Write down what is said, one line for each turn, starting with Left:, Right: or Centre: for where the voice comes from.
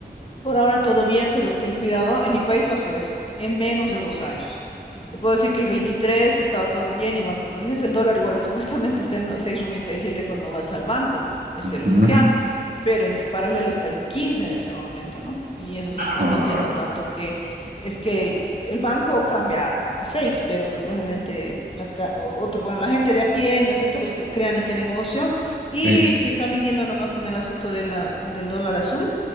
Left: Por ahora todo bien, pero ten cuidado. En mi país pasó eso, en menos de dos años. Te puedo decir que el 23 estaba todo bien, igual como dices, el dólar igual <laughs> supuestamente está en los siete cuando vas al banco, es el
Right: Ujú,
Left: oficial, pero en el paralelo está en 15 en este momento, ¿no? Y eso se está
Right: ah,
Left: midiendo tanto que es que el, el banco cambia a, a 6, pero obviamente las, ca- o- otro, bueno, la gente de a pie, ¿no es cierto? Los que crean ese negocio y
Right: sí,
Left: se está midiendo nomás con el asunto de la- del dólar azul